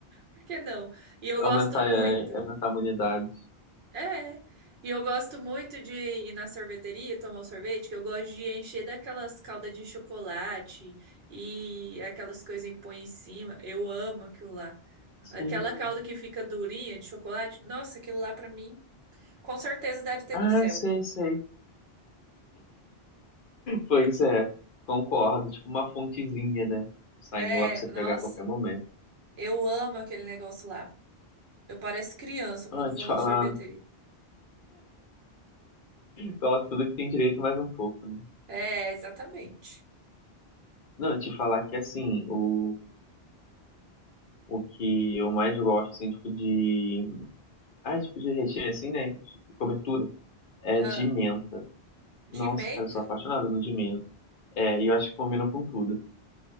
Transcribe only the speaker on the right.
Por que não? E eu
gosto muito.
É. é. E eu gosto muito de ir na sorveteria e tomar um sorvete, que eu gosto de encher daquelas caldas de chocolate e aquelas coisinhas que põe em cima. Eu amo aquilo lá.
Aquela calda que fica durinha de chocolate. Nossa, aquilo lá pra mim, com certeza deve ter
no céu.
É,
nossa,
eu amo aquele negócio lá. Eu pareço criança quando
vou na
sorveteria.
É, exatamente.
Ah,
de
menta?